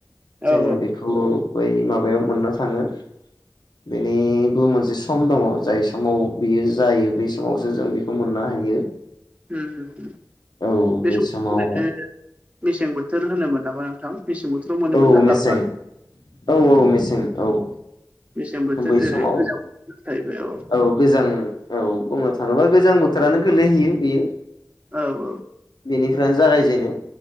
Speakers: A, on the right (about 15°); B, on the left (about 70°).
A: औ
B: जोङो बेखौ बै माबायाव मोननो थाङो बेनिबो मोनसे सम दङ जाय समाव बियो जायो बे समावसो जों बेखौ मोननो हायो
A: उम
B: औ
A: बे सम
B: समाव
A: <unintelligible> मेसें बोथोर होनोमोन नामा नोंथां मेसें बोथोराव मोनोमोन
B: औ
A: ना
B: मेसें
A: लाफा
B: औ औ मेसें औ
A: बेसें बोथोर
B: बै
A: जेरै
B: समाव
A: गोजां बोथोर थाहैबाय औ
B: औ गोजां औ बुंनो थाङोब्ला गोजां बोथोरानो गोलैहैयो बेयो
A: औ औ
B: बेनिफ्रायनो जागायजेनो